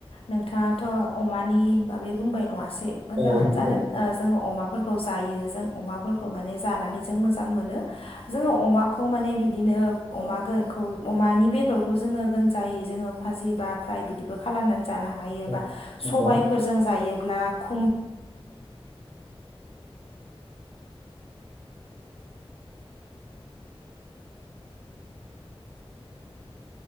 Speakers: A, on the left (about 65°); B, on the right (about 65°).
A: नोंथाङाथ' अमानि बागै बुंबाय नङास सै। मोजाङानो
B: औ नंगौ
A: जादों ओ जों अमाखौ फोरखौ जायो जों अमाफोरखौ माने जानानै जों मोजां मोनो जोङो अमाखौ माने बिदिनो अमाखौ अमानि बेदरखौ जोङो गोन जायो जोङो फाजि बा फ्राय बिदिबो खालामनानै जानो हायोबा
B: औ नंगौ
A: सबायफोरजों जायो। अब्ला खुम